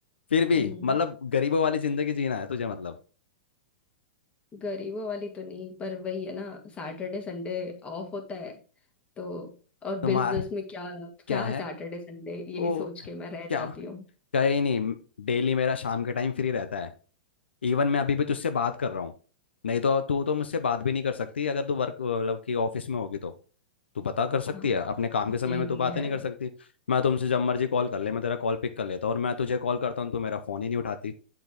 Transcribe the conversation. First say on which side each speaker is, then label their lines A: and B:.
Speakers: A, on the left; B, on the left.
A: फिर भी
B: हम्म,
A: मतलब गरीबों वाली जिंदगी जीना है तुझे मतलब
B: गरीबों वाली तो नहीं पर वही है ना सैटरडे संडे ऑफ होता है तो और
A: तुम्हारा
B: बिजनेस में क्या क्या
A: क्या है
B: सैटरडे संडे यही
A: वो
B: सोच के मैं रह
A: क्या
B: जाती हूँ
A: कहीं नहीं डेली मेरा शाम के टाइम फ्री रहता है इवन मैं अभी भी तुझसे बात कर रहा हूँ नहीं तो तू तो मुझसे बात भी नहीं कर सकती अगर तू वर्क मतलब कि ऑफिस में होगी तो तू पता कर सकती
B: हाँ
A: है अपने काम के समय
B: ये
A: में तू
B: भी
A: बातें
B: है
A: नहीं कर सकती मैं तुमसे जब मर्जी कॉल कर ले मैं तेरा कॉल पिक कर लेता हूँ और मैं तुझे कॉल करता हूँ तू मेरा फोन ही नहीं उठाती